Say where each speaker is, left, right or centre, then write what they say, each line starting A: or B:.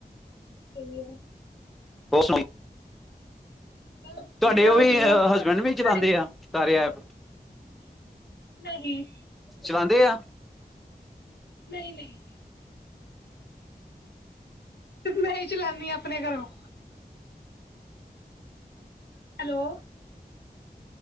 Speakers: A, on the left; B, in the centre.
A: ਏਹੀਔ।
B: ਹੋ ਸੁਣੀ।
A: ਬਸ
B: ਤੁਹਾਡੇ
A: ਵਧੀਆ
B: ਔਹੀ
A: ਵਧੀਆ ਤੁਹਾਡੇ
B: ਹਸਬੈਂਡ ਵੀ ਚਲਾਉਂਦੇ ਐ, ਕਾਰਯੈ ਐਪ।
A: ਨਹੀਂ।
B: ਚਲਾਉਂਦੇ ਆ
A: ਨਹੀਂ ਨਹੀਂ। ਤੇ ਮੈਂ ਹੀ ਚਲਾਨੀ ਆ ਆਪਣੇ ਘਰੋਂ। Hello